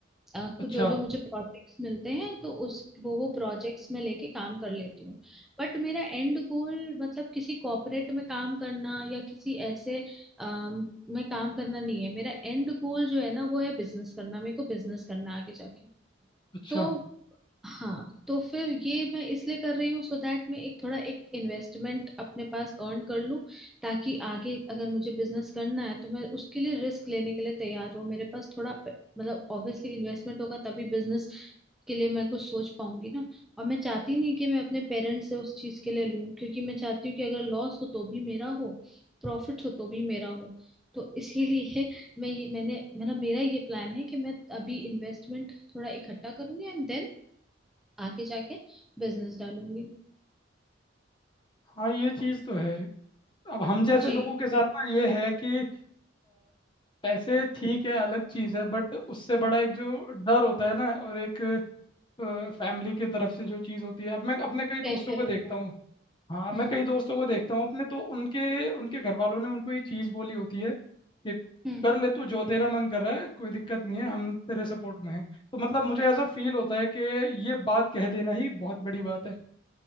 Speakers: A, in the centre; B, on the left.
A: अ,
B: अच्छा
A: कुछ जो जो मुझे प्रोजेक्ट्स मिलते हैं तो उस वो वो प्रोजेक्ट्स में लेके काम कर लेती हूँ बट मेरा एंड गोल मतलब किसी कॉर्पोरेट में काम करना या किसी ऐसे अम, में काम करना नहीं है मेरा एंड गोल जो है ना वो है बिजनेस करना मेरे को बिजनेस करना है आगे जाके
B: अच्छा
A: तो हाँ तो फिर ये मैं इसलिए कर रही हूँ सो दैट मैं एक थोड़ा एक इन्वेस्टमेंट अपने पास अर्न कर लूँ ताकि आगे अगर मुझे बिजनेस करना है तो मैं उसके लिए रिस्क लेने के लिए तैयार हूँ मेरे पास थोड़ा प- मतलब ऑब्वियसली इन्वेस्टमेंट होगा तभी बिजनेस के लिए मैं कुछ सोच पाऊंगी ना और मैं चाहती नहीं कि मैं अपने पेरेंट्स से उस चीज के लिए लूं क्योंकि मैं चाहती हूँ कि अगर लॉस हो तो भी मेरा हो प्रॉफिट हो तो भी मेरा हो तो इसीलिए मैं ये मैंने मतलब मेरा ये प्लान है कि मैं अभी इन्वेस्टमेंट थोड़ा इकट्ठा करूंगी एंड देन आगे जाके बिजनेस डालूंगी
B: हाँ ये चीज़ तो है अब हम जैसे
A: जी
B: लोगों के साथ ना ये है कि अ, पैसे ठीक है अलग चीज़ है बट उससे बड़ा एक जो डर होता है ना और एक फैमिली की तरफ से जो चीज़ होती है अब मैं अपने कई दोस्तों
A: प्रेशर
B: को देखता
A: होता है
B: हूँ हाँ मैं
A: हम्म
B: कई दोस्तों को देखता हूँ अपने तो उनके उनके घर वालों ने उनको ये चीज़ बोली होती है कि
A: हम्म
B: कर ले तू जो तेरा मन कर रहा है कोई दिक्कत नहीं है हम तेरे सपोर्ट में हैं तो मतलब मुझे ऐसा फील होता है कि ये बात कह देना ही बहुत बड़ी बात है